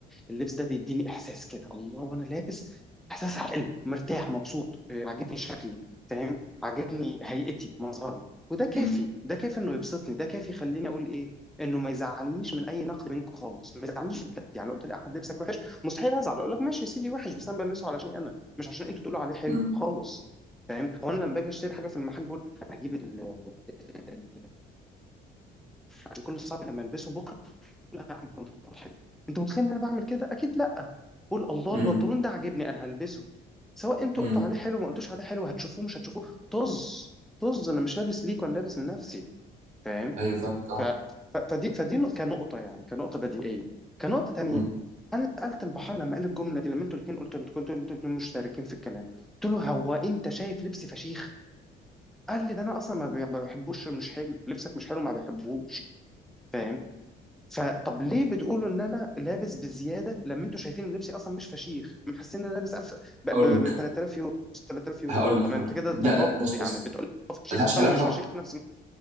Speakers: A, in the centre; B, on the right.
A: اللبس ده بيديني احساس كده الله وانا لابس احساس حلو مرتاح مبسوط آه، عاجبني شكلي فاهم عاجبني هيئتي مظهري وده كافي
B: مم.
A: ده كافي انه يبسطني ده كافي يخليني اقول ايه انه ما يزعلنيش من اي نقد منكم خالص ما يزعلنيش بجد يعني لو قلت لي احمد لبسك وحش مستحيل ازعل اقول لك ماشي يا سيدي وحش بس انا بلبسه علشان انا مش عشان انتوا تقولوا عليه حلو
B: مم.
A: خالص فاهم هو انا لما باجي اشتري حاجه في المحل بقول انا هجيب عشان كل اصحابي لما البسه بكره لا هعمل بنطلون حلو انت متخيل ان انا بعمل كده اكيد لا بقول الله
B: مم.
A: البنطلون ده عاجبني انا هلبسه سواء انتوا
B: مم.
A: قلتوا عليه حلو ما قلتوش عليه حلو هتشوفوه مش هتشوفوه طز طز انا مش لابس ليك وانا لابس لنفسي فاهم
B: ايوه فاهمك اه
A: ف... ف... فدي فدي نق- كنقطه يعني كنقطه بديهيه كنقطه تانية
B: مم.
A: انا سالت البحار لما قال الجمله دي لما انتوا الاثنين قلتوا انتوا كنتوا انتوا الاثنين مشتركين في الكلام قلت له هو انت شايف لبسي فشيخ قال لي ده انا اصلا ما, بي... ما بحبوش مش حلو لبسك مش حلو ما بحبوش فاهم فطب ليه بتقولوا ان انا لابس بزياده لما انتوا شايفين ان لبسي اصلا مش فشيخ محسين ان انا لابس 1000 ب ب-
B: هقول لك
A: ب 3000 يورو 3000 يورو
B: هقول لك
A: طب انت
B: هقول لك
A: كده
B: لا
A: تناقض
B: لا بص
A: يعني
B: بص
A: بتقول لي فشيخ
B: ملهاش
A: وبتقول
B: علاقه
A: لي مش فشيخ في نفس الوقت